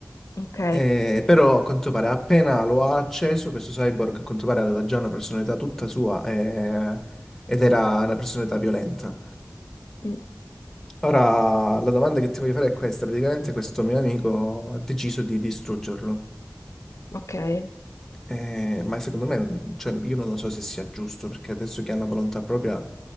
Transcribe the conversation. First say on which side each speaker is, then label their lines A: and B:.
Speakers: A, on the left (about 85°); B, in the centre.
A: Ok,
B: eh, però a quanto pare appena lo ha acceso, questo cyborg a quanto pare aveva già una personalità tutta sua eh, ed era una personalità violenta.
A: Mm.
B: Ora la domanda che ti voglio fare è questa, praticamente questo mio amico ha deciso di distruggerlo,
A: ok, hai
B: Eh, ma secondo me, cioè, io non lo so se sia giusto, perché adesso che hanno volontà propria,